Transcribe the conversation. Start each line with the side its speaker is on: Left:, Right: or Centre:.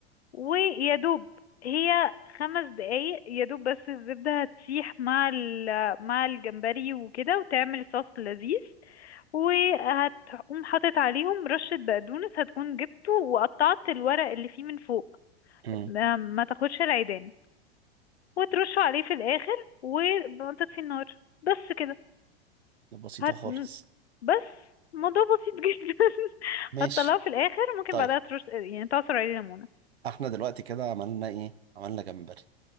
Left: ويا دوب هي خمس دقايق يا دوب بس الزبدة هتسيح مع ال- مع الجمبري وكده وتعمل صوص لذيذ وهتقوم حاطط عليهم رشة بقدونس هتكون جبته وقطعت الورق اللي فيه من فوق
Right: مم.
Left: ما ما تاخدش العيدان وترشه عليه في الآخر وتطفي النار بس كده
Right: بسيطة
Left: هت...
Right: خالص
Left: بس الموضوع بسيط جدا <laughs>
Right: ماشي
Left: هتطلعه في الاخر ممكن
Right: طيب
Left: بعدها ترش يعني تعصر عليه ليمونة
Right: احنا دلوقتي كده عملنا إيه؟ عملنا جمبري